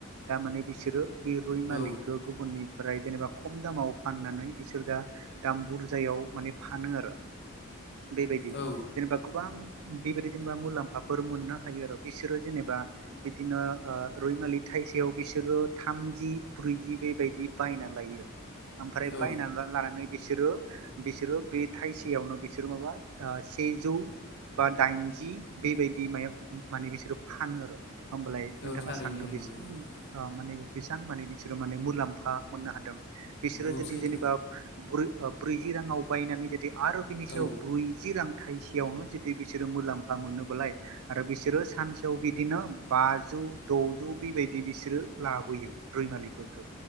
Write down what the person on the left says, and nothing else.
औ
औ
औ
औ थारैनो
नंगौ
नोंथां
औ
सैथो
औ